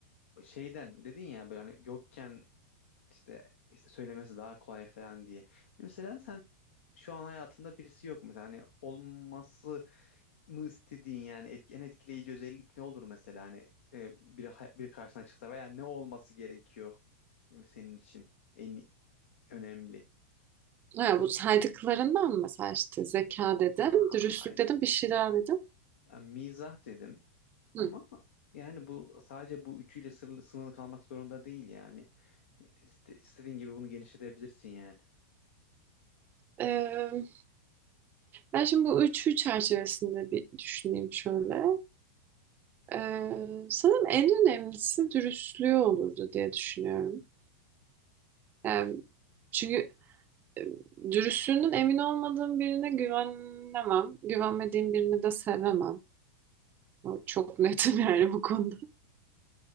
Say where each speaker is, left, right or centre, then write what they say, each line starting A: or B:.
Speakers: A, on the left; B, on the right.
A: şeyden dedin ya böyle hani yokken işte işte söylemesi daha kolay falan diye. Hani Mesela sen şu an hayatında birisi yok mesela hani olması mı istediğin yani etki- en etkileyici özellik ne olur mesela hani e, biri, hay- biri karşına çıksa veya ne olması gerekiyor senin için en önemli?
B: Ha, bu saydıklarından mı mesela işte zeka dedim,
A: Ha,
B: dürüstlük
A: aynen.
B: dedim, bir şey daha dedim.
A: Yani mizah dedim ama
B: Hı.
A: yani bu sadece bu üçüyle sırlı, sınırlı kalmak zorunda değil yani. İste, istediğin gibi bunu genişletebilirsin yani.
B: Ee, ben şimdi bu üçü çerçevesinde bir düşüneyim şöyle. Ee, sanırım en önemlisi dürüstlüğü olurdu diye düşünüyorum. Yani çünkü e, dürüstlüğünün emin olmadığım birine güvenemem. Güvenmediğim birini de sevemem. O Çok netim <laughs> yani bu konuda.